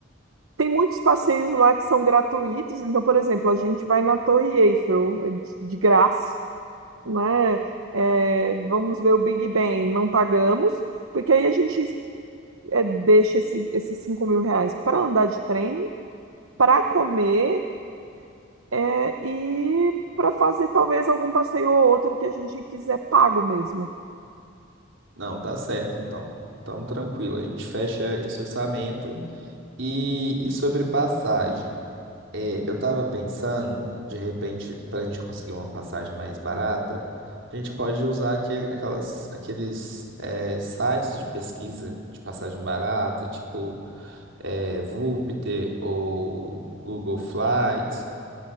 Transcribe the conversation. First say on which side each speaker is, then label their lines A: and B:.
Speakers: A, on the right (about 85°); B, on the right (about 65°).
A: Tem muitos passeios lá que são gratuitos. Então, por exemplo, a gente vai na Torre Eiffel eh, de de graça, né? Eh, vamos ver o Big Ben, não pagamos, porque aí a gente eh, deixa esse, esses 5 mil reais para andar de trem, para comer É, e para fazer talvez algum passeio ou outro que a gente quiser pago mesmo.
B: Não, tá certo então. Então tranquilo, a gente fecha esse orçamento. E, e sobre passagem? É, eu tava pensando, de repente, para a gente conseguir uma passagem mais barata, a gente pode usar aquele, aquelas, aqueles é, sites de pesquisa de passagem barata, tipo é, Voopter ou Google Flights,